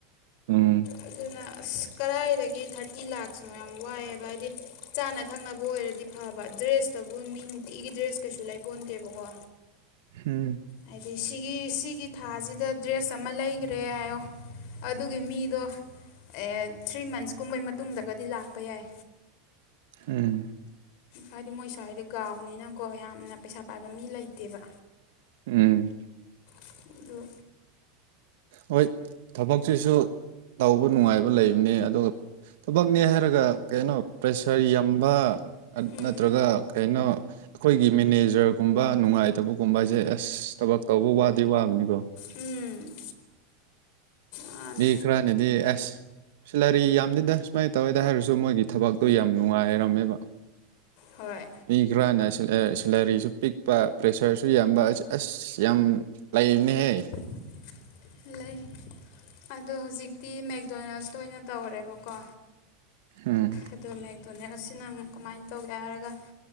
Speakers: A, on the right; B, on the left.
A: ꯎꯝ
B: ꯑꯗꯨꯅ ꯑꯁ ꯀꯗꯥꯥꯏꯗꯒꯤ ꯊꯥꯔꯇꯤ ꯂꯥꯛꯁꯨ ꯌꯥꯝ ꯋꯥꯏꯑꯦꯕ ꯍꯥꯏꯗꯤ ꯆꯥꯅ ꯊꯛꯅꯕ ꯕꯨ ꯑꯣꯏꯔꯗꯤ ꯐꯕ ꯗ꯭ꯔꯦꯁꯇꯕꯨ ꯃꯤ ꯅꯨꯡꯇꯤꯒꯤ ꯗ꯭ꯔꯦꯁ ꯀꯩꯁꯨ ꯂꯩꯕꯣꯟꯇꯦꯕꯀꯣ
A: ꯎꯝ
B: ꯍꯥꯏꯗꯤ ꯁꯤꯒꯤ ꯁꯤꯒꯤ ꯊꯥꯁꯤꯗ ꯗ꯭ꯔꯦꯁ ꯑꯃ ꯂꯩꯈ꯭ꯔꯦ ꯍꯥꯏꯌꯣ ꯑꯗꯨꯒꯤ ꯃꯤꯗꯣ ꯑꯦ ꯊ꯭ꯔꯤ ꯃꯟꯁꯀꯨꯝꯕꯩ ꯃꯇꯨꯡꯗꯒꯗꯤ ꯂꯥꯛꯄ ꯌꯥꯏ
A: ꯎꯝ
B: ꯍꯥꯏꯗꯤ ꯃꯣꯏ ꯁ꯭ꯋꯥꯏꯗ ꯒꯥꯎꯅꯤꯅꯀꯣ ꯌꯥꯝꯅ ꯄꯩꯁꯥ ꯄꯥꯏꯕ ꯃꯤ ꯂꯩꯇꯦꯕ
A: ꯎꯝ
B: ꯑꯗ
A: ꯍꯣꯏ ꯊꯕꯛꯁꯤꯁꯨ ꯇꯧꯕ ꯅꯨꯡꯉꯥꯏꯕ ꯂꯩꯕꯅꯤ ꯑꯗꯨꯒ ꯊꯕꯛꯅꯦ ꯍꯥꯏꯔꯒ ꯀꯩꯅꯣ ꯄ꯭ꯔꯦꯁꯔ ꯌꯥꯝꯕ
B: ꯎꯝ
A: ꯅꯠꯇ꯭ꯔꯒ ꯀꯩꯅꯣ ꯑꯩꯈꯣꯏꯒꯤ ꯃꯦꯅꯦꯖꯔꯒꯨꯝꯕ ꯅꯨꯡꯉꯥꯏꯇꯕꯒꯨꯝꯕ ꯍꯥꯏꯁꯦ ꯑꯁ ꯊꯕꯛ ꯇꯧꯕ ꯋꯥꯗꯤ ꯋꯥꯕꯅꯤꯀꯣ
B: ꯎꯝ ꯃꯥꯅꯤ
A: ꯃꯤ ꯈꯔꯥ ꯅꯗꯤ ꯑꯁ ꯁꯤꯂꯔꯤ ꯌꯥꯝꯅꯤꯗ ꯁꯨꯃꯥꯏꯅ ꯇꯧꯋꯦꯗ ꯍꯥꯏꯔꯁꯨ ꯃꯣꯏꯒꯤ ꯊꯕꯛꯇꯣ ꯌꯥꯝ ꯅꯨꯡꯉꯥꯏꯔꯝꯃꯦꯕ
B: ꯍꯣꯏ
A: ꯏ ꯈ꯭ꯔꯅꯁ ꯑꯦ ꯀꯦꯂꯔꯤꯁꯨ ꯄꯤꯛꯄ ꯄ꯭ꯔꯦꯁꯔꯁꯨ ꯌꯥꯝꯕ ꯑ ꯑꯁ ꯌꯥꯝ ꯂꯩꯕꯅꯦꯍꯦ
B: <unintelligible> ꯂꯩ ꯑꯗꯣ ꯍꯧꯖꯤꯛꯇꯤ ꯃꯦꯛꯗꯣꯅꯦꯜꯁꯇ ꯑꯣꯏꯅ ꯇꯧꯔꯦꯕꯀꯣ
A: ꯎꯝ
B: ꯑꯗꯣ ꯃꯦꯛꯗꯣꯅꯦꯜꯁꯤꯅ ꯑꯃꯨꯛ ꯀꯃꯥꯏꯅ ꯇꯧꯒꯦ ꯍꯥꯏꯔꯒ